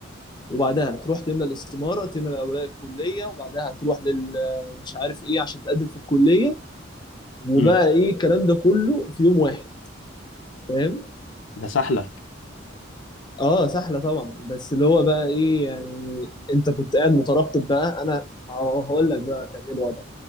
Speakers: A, on the left; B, on the left.
A: وبعدها تروح تملى الاستماره تملى اوراق الكليه وبعدها تروح لل مش عارف ايه عشان تقدم في الكليه وبقى
B: امم
A: ايه الكلام ده كله في يوم واحد فاهم
B: ده سهله
A: اه سهله طبعا بس اللي هو بقى ايه يعني انت كنت قاعد مترقب بقى انا ه- هقول لك بقى كان ايه الوضع